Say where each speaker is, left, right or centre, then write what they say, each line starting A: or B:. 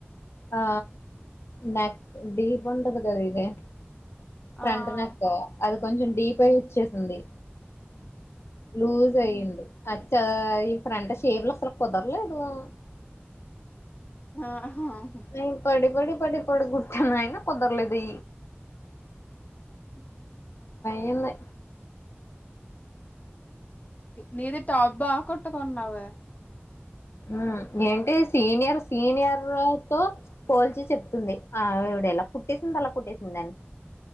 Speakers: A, on the left; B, on the left.
A: ఆ నక్ డిప్ ఉండదు కదా ఇది
B: ఆ
A: ఫ్రంట్
B: ఆ
A: నెక్ అది కొంచెం డీప్
B: హ్మ్.
A: అయి ఇచ్చేసింది లూజ్
B: హ్మ్.
A: అయ్యింది అచ్చ ఈ ఫ్రంట్ షేప్ లో అసలు కుదర్లేదు హ్మ్మ్
B: ఆహా.
A: అయి పడి పడి పడి పడి కుర్తాను అయినా కుదరలేదు
B: అ
A: నిన్నే
B: నీది టాప్ బా కుట్టు కున్నావే
A: ఆ ఏంటి సీనియర్ సీనియర్లతో పోల్చి చెప్తుంది ఆ <unintelligible> కుట్టేసింది అలా కుట్టేసిందని